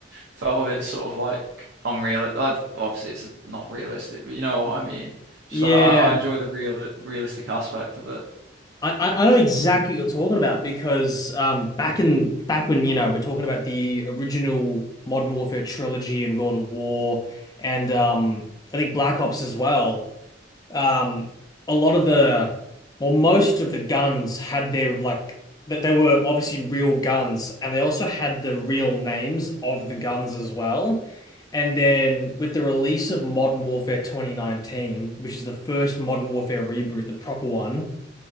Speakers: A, on the right; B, on the left.
A: felt a bit sort of like unreal. I'd, obviously, it's not realistic, but you know what I mean. Just
B: yeah.
A: like I, I enjoy the real realistic aspect of it.
B: I, I I know exactly what you're talking about because um back in back when you know we're talking about the original Modern Warfare trilogy and World at War and um I think Black Ops as well. um, a lot of the, well, most of the guns had their like that they were obviously real guns, and they also had the real names of the guns as well. And then with the release of Modern Warfare 2019, which is the first Modern Warfare reboot, the proper one,